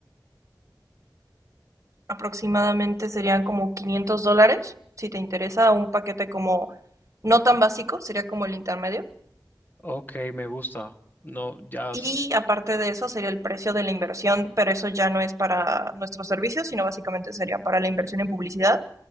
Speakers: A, on the right; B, on the left.
A: aproximadamente serían como 500 dólares, si te interesa, un paquete como no tan básico, sería como el intermedio.
B: Ok, me gusta. No, ya,
A: Y aparte de eso sería el precio de la inversión, pero eso ya no es para nuestros servicios, sino básicamente sería para la inversión en publicidad.